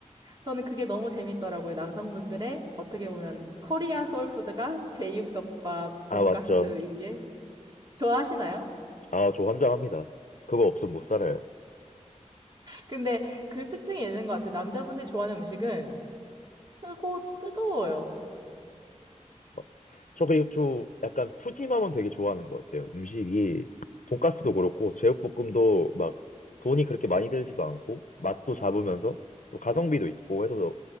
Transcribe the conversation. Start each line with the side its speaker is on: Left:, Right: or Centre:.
Right: 저는 그게 너무 재밌더라고요. 남성분들의 어떻게 보면 코리아 소울푸드가 제육덮밥, 돈가스인
Left: 아, 맞죠.
Right: 게 좋아하시나요?
Left: 아, 저 환장합니다. 그거 없으면 못 살아요.
Right: 근데 그 특징이 있는 것 같아요. 남자분들이 좋아하는 음식은 뜨고 뜨거워요.
Left: 막, 저 그 저 약간 푸짐함은 되게 좋아하는 것 같아요. 음식이 돈가스도 그렇고 제육볶음도 막 돈이 그렇게 많이 들지도 않고 맛도 잡으면서 또 가성비도 있고 해서